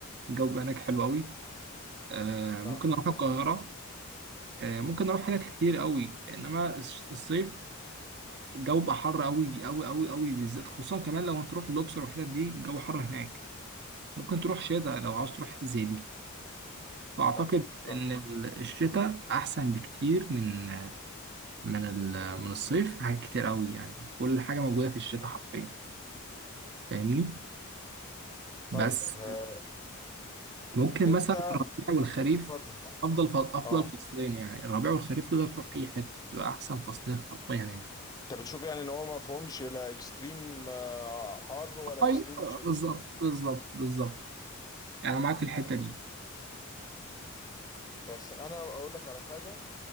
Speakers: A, on the right; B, on the left.
A: الجو بيبقى هناك حلو قوي آه، ممكن
B: فاهمك
A: اروح القاهره
B: فاهمك
A: آه، ممكن نروح حتت كتير قوي انما الص- الصيف الجو بقى حر قوي قوي قوي قوي بالذات خصوصا كمان لو هتروح الاقصر والحتت دي الجو حر هناك ممكن تروح شتاء لو عاوز تروح حتة زي دي فاعتقد
B: فاهمك فاهمك
A: ان ال- الشتاء احسن بكتير من من ال- من الصيف في حاجات كتير قوي يعني كل حاجه موجوده في الشتاء حرفيا فاهمني بس
B: طيب آه،
A: ممكن
B: انت
A: مثلا الربيع والخريف
B: اتفضل
A: افضل ف- افضل
B: اه
A: فصلين يعني الربيع والخريف تقدر تروح اي حته تبقى احسن فصلين حرفيا يعني
B: انت بتشوف يعني ان هو ما فهمش لا اكستريم آه، حر ولا
A: ايوه
B: اكستريم شتاء
A: بالظبط بالظبط بالظبط يعني انا معاك في الحته دي
B: بس انا اقول لك على حاجه